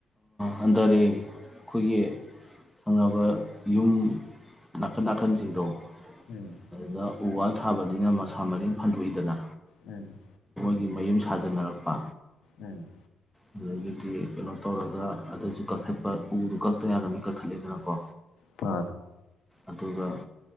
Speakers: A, in the centre; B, on the left.
A: ꯍꯟꯊꯔ ꯑꯩꯈꯣꯏꯒꯤ ꯐꯪꯉꯅꯕ ꯌꯨꯝ ꯅꯥꯀꯟ ꯅꯥꯀꯟꯁꯤꯡꯗꯣ
B: ꯎꯝ
A: ꯑꯗꯨꯗ ꯎ ꯋꯥ ꯊꯥꯕꯅꯤꯅ ꯃꯁꯥ ꯃꯔꯔꯤꯨꯝ ꯐꯟꯗꯣꯛꯏꯗꯅ
B: ꯎꯝ
A: ꯑꯩꯒꯤ ꯃꯌꯨꯝ ꯁꯥꯖꯟꯅꯔꯛꯄ
B: ꯎꯝ
A: ꯑꯗꯨꯗꯒꯤꯗꯤ ꯀꯩꯅꯣ ꯇꯧꯔꯒ ꯑꯗꯨꯁꯨ ꯀꯛꯊꯠꯄ ꯎꯗꯨ ꯀꯛꯛꯇ ꯌꯥꯔꯅꯤ ꯀꯛꯊꯠꯂꯦꯗꯅꯀꯣ
B: ꯐ
A: ꯑꯗꯨꯒ ꯑ